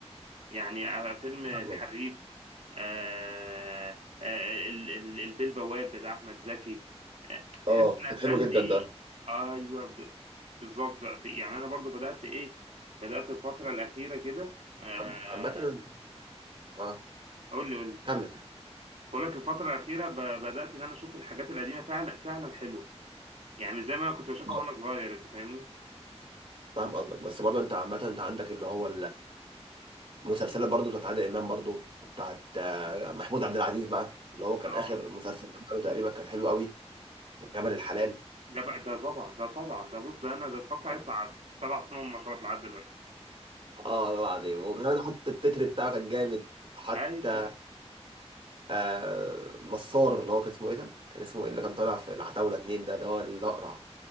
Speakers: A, on the right; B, on the right.
A: يعني آه، فيلم الحريف
B: فاهمك
A: آه آه ال- ال- البيه البواب بتاع احمد زكي آه، تحس
B: اه
A: ان
B: كان
A: الافلام
B: حلو جدا
A: دي
B: ده
A: ايوه ب- بالظبط بقى في يعني انا برضو بدات ايه بدات الفتره الاخيره كده آه،
B: عم- عامة انت اه
A: قول لي قول لي
B: كمل
A: بقول لك الفترة الأخيرة ب- بدأت إن أنا أشوف الحاجات القديمة فعلا فعلا حلوة يعني مش زي ما أنا كنت بشوفها
B: اه
A: وأنا صغير أنت فاهمني؟
B: فاهم قصدك بس برضه انت عامة انت عندك اللي هو المسلسلات برضه بتاعت عادل امام برضه وبتاعت آه، محمود عبد العزيز بقى اللي هو كان
A: أه
B: اخر مسلسل عمله تقريبا كان حلو قوي جبل الحلال
A: ده بقى ده طبعا ده طبعا ده بص ده أنا ده اتفرجت
B: اه
A: عليه بتاع سبع ثمان مرات لحد دلوقتي
B: آه، والله العظيم وكمان حتى التتر بتاعه كان جامد حتى
A: أيوه أيوه
B: آه نصار اللي هو كان اسمه ايه ده؟ كان اسمه ايه اللي كان طالع في العتاولة اتنين ده ده هو الأقرع